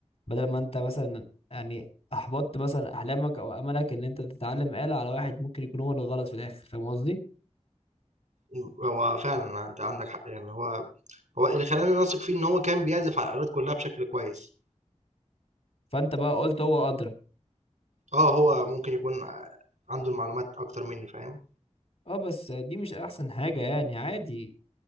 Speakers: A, on the left; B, on the right.
A: بدل ما انت مثلا يعني احبطت مثلا احلامك او املك ان انت تتعلم آلة على واحد ممكن يكون هو اللي غلط في الاخر فاهم قصدي
B: إمم، هو فعلًا أنت عندك حق يعني هو هو اللي خلّاني أثق فيه إن هو كان بيعزف على الآلات كلّها بشكل كويس،
A: فانت بقى قلت هو ادرى
B: آه، هو ممكن يكون عنده المعلومات أكتر منّي، فاهم؟
A: اه بس دي مش احسن حاجة يعني عادي